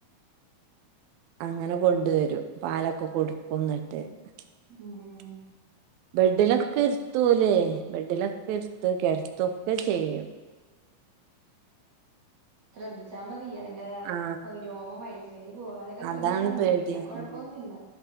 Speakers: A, on the right; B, on the right.
A: അങ്ങനെ കൊണ്ടുവരും പാലൊക്ക കൊടുക്കും ന്നട്ട്
B: ഉം
A: <unintelligible>
B: ഉം
A: ബെഡിലൊക്ക ഇര്ത്തു ഓല് ബെഡിലൊക്ക ഇര്ത്ത് കേട്ത്തൊക്കെ ചെയ്യും
B: ശ്രദ്ധിച്ചാ മതി അതിന്റെ
A: ആ
B: രോമം വയറ്റിലേക്ക് പോവാതെക്കെ
A: അതാണ്
B: ശ്രദ്ധിച്ചാ മതി
A: പേടി
B: പിന്നെ കൊഴപ്പ
A: ഉം.
B: ഒന്നുല്ല